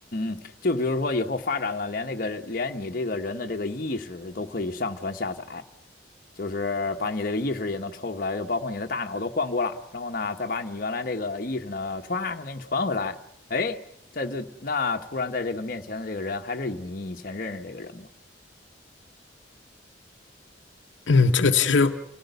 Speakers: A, on the left (about 50°); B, on the left (about 75°).
A: 嗯嗯，就比如说以后发展了，连那个连你这个人的这个意识都可以上传下载。就是把你这个意识也能抽出来，就包括你的大脑都换过了，然后呢，再把你原来这个意识呢，歘，给你传回来，哎，在这那突然在这个面前的这个人还是你以前认识这个人吗？
B: 嗯，这个其实